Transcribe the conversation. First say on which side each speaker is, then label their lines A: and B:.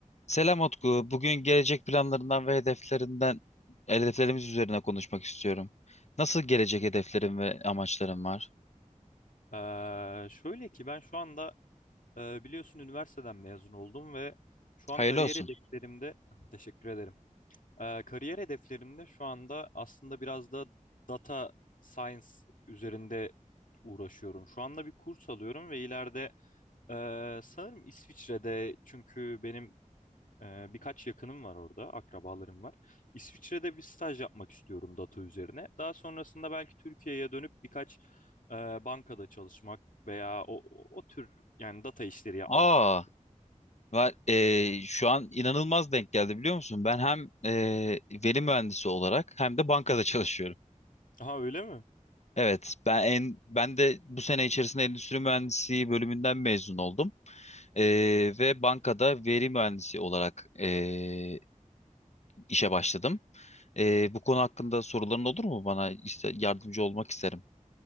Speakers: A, on the left (about 55°); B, on the left (about 80°).
A: Selam Utku. Bugün gelecek planlarından ve hedeflerinden, hedeflerimiz üzerine konuşmak istiyorum. Nasıl gelecek hedeflerim ve amaçlarım var?
B: Ee, şöyle ki ben şu anda e, biliyorsun üniversiteden mezun oldum ve şu an
A: Hayırlı
B: kariyer
A: olsun.
B: hedeflerimde <laughs> teşekkür ederim. Ee, kariyer hedeflerimde şu anda aslında biraz da data science üzerinde uğraşıyorum. Şu anda bir kurs alıyorum ve ileride e, sanırım İsviçre'de çünkü benim ee, birkaç yakınım var orada, akrabalarım var. İsviçre'de bir staj yapmak istiyorum data üzerine. Daha sonrasında belki Türkiye'ye dönüp birkaç e, bankada çalışmak veya o, o, o tür yani data işleri yapmak
A: Aa,
B: istiyorum.
A: va- e, şu an inanılmaz denk geldi biliyor musun? Ben hem e, veri mühendisi olarak hem de bankada çalışıyorum.
B: Ha öyle mi?
A: Evet, ben en ben de bu sene içerisinde endüstri mühendisliği bölümünden mezun oldum. E, ve bankada veri mühendisi olarak e, işe başladım. Ee, bu konu hakkında soruların olur mu bana? İste- yardımcı olmak isterim.